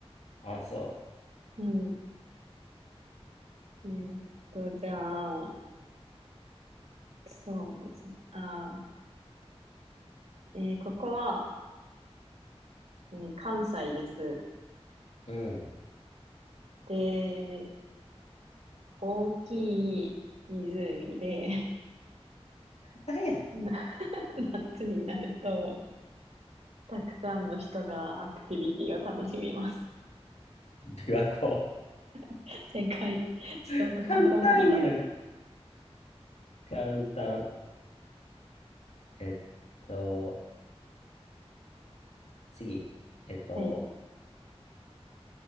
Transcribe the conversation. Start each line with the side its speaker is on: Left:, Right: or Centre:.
Left: あ、そ
Right: うん。えーっと、じゃあ、そうですね。あー、えーここは、えー関西です。
Left: う。うん。
Right: で、大きい湖で、
Left: 簡単やん。
Right: <laughs> な夏になると、たくさんの人がアクティビティを楽しみます。
Left: 琵琶湖。
Right: <laughs> 正解。ちょっと待って、
Left: <laughs> 簡単やん。
Right: 簡単すぎた。
Left: 簡単。えっと、次。えっと、
Right: はい、